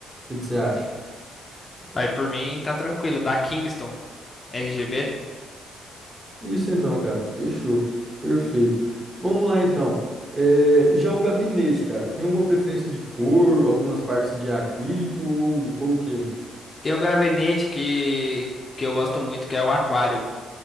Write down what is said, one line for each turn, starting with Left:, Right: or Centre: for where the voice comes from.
Right: que que você acha?
Left: Aí por mim tá tranquilo, da Kingston RGB.
Right: Isso então, cara. Fechou. Perfeito. Vamos lá então. É, já o gabinete, cara, tem alguma preferência de cor, algumas partes de acrílico ou, ou o quê?
Left: Tem um gabinete que, que eu gosto muito, que é o Aquário,